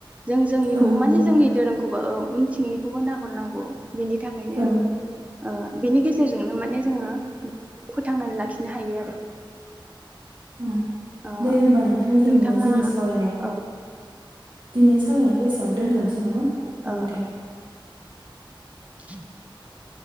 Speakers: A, on the right; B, on the right.
A: जों जोंनिखौबो
B: औ नंगौ
A: माने जोंनि
B: नोंथां
A: धोरोमखौबो उनथिंनिखौबो नाहरनांगौ। बिनि थाखायनो।
B: औ
A: ओ बिनि गेजेरजोंनो माने जोङो बे फोथांनानै लाखिनो हायो आरो।
B: उम
A: ओ
B: दे होमबा नोंथां दिनैनि
A: नोंथाङा
B: जोंनि सावरायनायखौ
A: औ
B: दिनै सावरायनायखौ एसेयावनो दोनथ'नोसै नामा?
A: औ-औ।
B: औ दे
A: <inaudible>